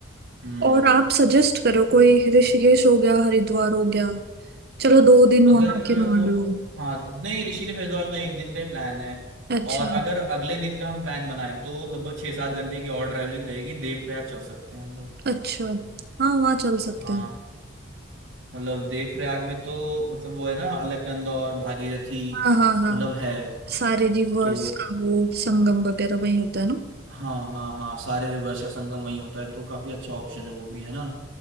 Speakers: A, on the right (about 75°); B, on the right (about 50°).
A: हम्म
B: और आप सजेस्ट करो कोई ऋषिकेश हो गया हरिद्वार हो गया चलो दो दिन
A: अगर
B: वहां के मान लो
A: हाँ नहीं ऋषिकेश हरिद्वार तो एक दिन का ही प्लान है
B: अच्छा
A: और अगर अगले दिन का हम प्लान बनाए तो लगभग छः सात घंटे की और ट्रैवलिंग रहेगी देवप्रयाग चल सकते हैं हम लोग
B: अच्छा हाँ वहाँ चल सकते
A: हाँ
B: हैं
A: मतलब देवप्रयाग में तो मतलब वो है ना अलकनंदा और भागीरथी
B: हाँ हाँ हाँ
A: मतलब है
B: सारे रिवर्स
A: तो
B: का वो संगम वगैरह वहीं होता है ना
A: हाँ हाँ हाँ सारे रिवर्स का संगम वहीं होता है तो काफी अच्छा ऑप्शन है वो भी है ना